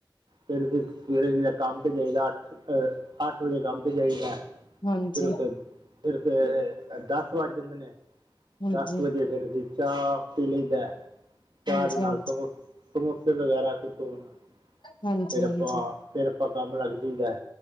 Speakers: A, on the right; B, on the left.
A: ਫਿਰ ਸਵੇਰੇ ਜ ਕੰਮ ਤੇ ਜਾਈਦਾ। ਅੱਠ, ਅੱਠ ਵਜੇ ਕੰਮ ਤੇ ਜਾਈਦਾ।
B: ਹਾਂਜੀ
A: ਫਿਰ ਉੱਥੇ ਫਿਰ ਉੱਥੇ ਦਸ ਵੱਜ ਜਾਂਦੇ ਨੇ।
B: ਹਾਂਜੀ
A: ਦਸ ਵਜੇ ਫੇਰ ਅਸੀ ਚਾਹ ਪੀ ਲਈ ਦਾ ਚਾਹ
B: ਹਾਂਜੀ
A: ਦੇ ਨਾਲ
B: ਹਾਂਜੀ
A: ਟੋਸਟ ਸਮੋਸੇ ਵਗੈਰਾ ਕੁਝ ਹੋਣ
B: ਹਾਂਜੀ
A: ਫਿਰ ਆਪਾਂ
B: ਹਾਂਜੀ
A: ਫੇਰ ਆਪਾਂ ਕੰਮ ਲੱਗ ਜਾਇਦੈ।